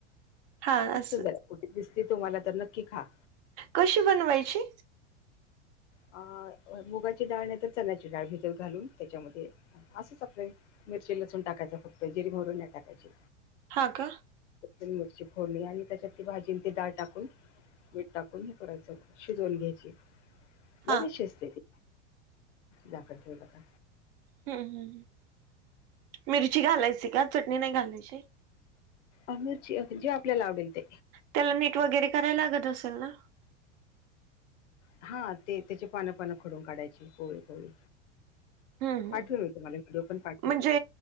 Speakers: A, on the right (about 55°); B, on the left (about 80°).
A: हा
B: खूप
A: असं
B: सुंदर.. कुठे दिसते तुम्हाला तर नक्की खा.
A: कशी बनवायची?
B: अ मुगाची डाळ नाही तर चण्याची डाळ भिजत घालून त्याच्यामध्ये. असंच आपल्या मिरची लसूण टाकायच फक्त जिरी पावडर नाही टाकायची.
A: हा का.
B: मिरची फोडली आणि त्याच्या भाजीं ते डाळ टाकून... मीठ टाकून हे करायचं शिजवून घ्यायची. लगेच
A: हा.
B: शिजते ती झाकण ठेवल का.
A: हम्म हम्म मिरची घालायची का चटणी नाही घालायची.
B: अरची जे आपल्याला आवडेल ते
A: त्याला नीट वगैरे करायला लागत असेल ना.
B: हा ते त्याची पानं पानं खडून काढायची कोळी कोळी.
A: हम्म हम्म.
B: पाठवेल मी तुम्हाला व्हिडिओ पण पाठवेल.
A: म्हणजे